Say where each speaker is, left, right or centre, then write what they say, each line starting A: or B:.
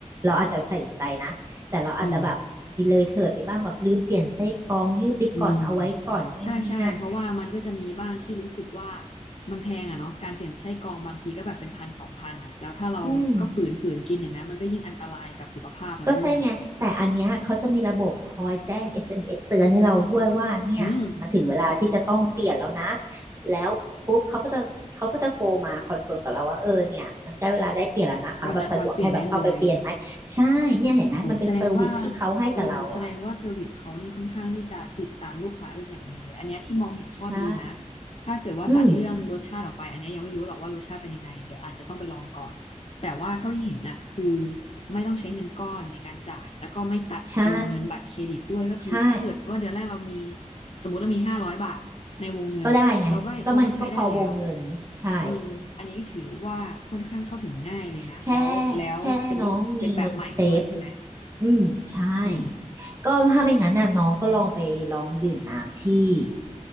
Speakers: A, on the right (about 25°); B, on the left (about 50°).
A: เราอาจจะใส่ใจนะแต่เราอาจจะแบบมีเลยเถิดไปบ้างแบบลืมเปลี่ยนไส้กรองยืดไปก่อนเอาไว้ก่อนนู่นนี่นั่น
B: อืม อืมใช่ใช่เพราะว่ามันก็จะมีบ้างที่รู้สึกว่ามันแพงอ่ะเนาะการเปลี่ยนไส้กรองบางทีก็แบบเป็นพันสองพันอ่ะแล้วถ้าเราก็ฝืนฝืนกินอย่างนั้นมันก็ยิ่งอันตรายกับสุขภาพเราด้วย
A: อืม ก็ใช่ไงแต่อันเนี้ยเขาจะมีระบบคอยแจ้ง SMS เอ็มเอสเตือนให้เราด้วยว่าเนี่ยมันถึงเวลาที่จะต้องเปลี่ยนแล้วนะ
B: อืม
A: แล้วปุ๊บเขาก็จะเขาก็จะโทรมาคอนเฟิร์มกับเราว่าเออเนี่ยมันใกล้เวลาได้เปลี่ยนแล้วนะคะแบบสะดวกให้แบบเข้าไปเปลี่ยนไหมใช่เนี่ยเห็นไหมมันเป็นเซอร์วิสที่เขาให้กับเราอ่ะ
B: ก็นัดวันเปลี่ยนได้เลย โอ้แสดงว่าเออแสดงว่าเซอร์วิสเขานี่ค่อนข้างที่จะติดตามลูกค้าเป็นอย่างดีเลย อันเนี้ยที่มองเห็นข้อดีนะ
A: ใช่
B: ถ้าเกิดว่าตัดเรื่องรสชาติออกไปอันเนี้ยยังไม่รู้หรอกว่ารสชาติเป็นยังไงเดี๋ยวอาจจะต้องไปลองก่อน
A: อืม
B: แต่ว่าเท่าที่เห็นน่ะคือไม่ต้องใช้เงินก้อนในการจ่ายแล้วก็ไม่ตัดวงเงินบัตรเครดิตด้วยก็คือถ้าเกิดว่าเดือนแรกเรามี
A: ใช่ใช่
B: สมมติเรามีห้าร้อยบาทในวงเงินน่ะเราก็เราก็ใช้ได้แล้ว
A: ก็ได้ไงก็มันก็พอวงเงินใช่
B: เอออันนี้ถือว่าค่อนข้างเข้าถึงง่ายเลยนะแล้วแล้วเป็นรุ่นเป็นแบบใหม่ด้วยใช่ไหม
A: แค่แค่น้องมีเงินเซฟ อืมใช่
B: อืม
A: ก็ถ้าไม่งั้นน่ะน้องก็ลองไปลองดื่มน้ำที่